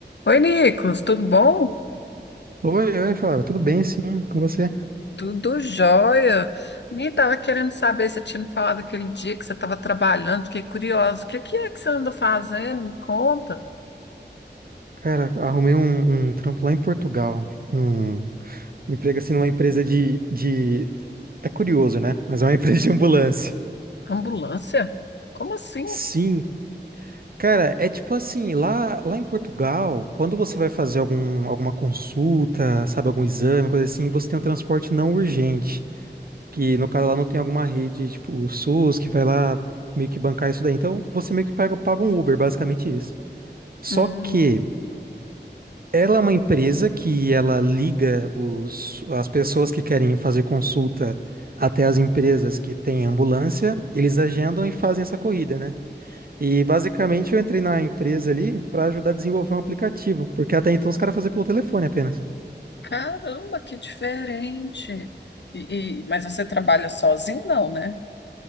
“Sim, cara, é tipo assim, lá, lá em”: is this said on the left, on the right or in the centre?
Right